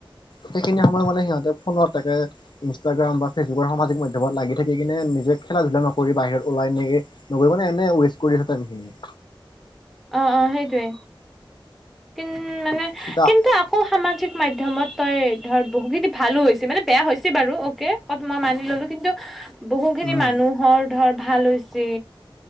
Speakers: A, on the left; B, in the centre.
A: সেইখিনি সময়ত মানে সিহঁতে ফোনত থাকে ইনষ্টাগ্ৰাম বা ফেচবুকৰ সামাজিক মাধ্যমত লাগি থাকি কিনে নিজে খেলা ধূলা নক কৰি বাহিৰত ওলাই ননেকে নগৈ মানে এনে ৱেষ্ট কৰি আ খিনি
B: অ', অ', সেইটোৱে কিম মানে
A: সিতা <unintelligible>
B: কিন্তু আকৌ সামাজিক মাধ্যমত তই ধৰ বহুখিনি ভালো হৈছে মানে বেয়া হৈছে বাৰু অ কত মই মানি ল'লো কিন্তু বহুখিনি
A: উম
B: মানুহৰ ধৰ ভাল হৈছে।